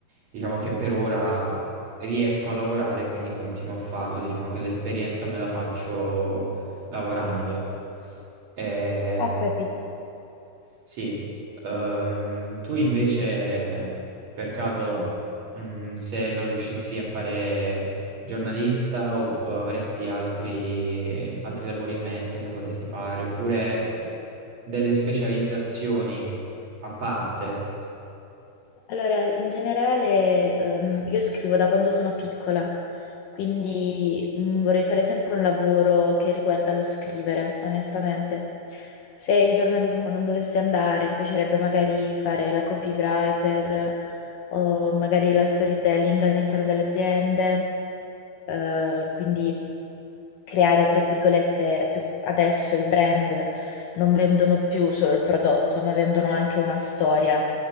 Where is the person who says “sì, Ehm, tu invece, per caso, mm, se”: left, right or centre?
Right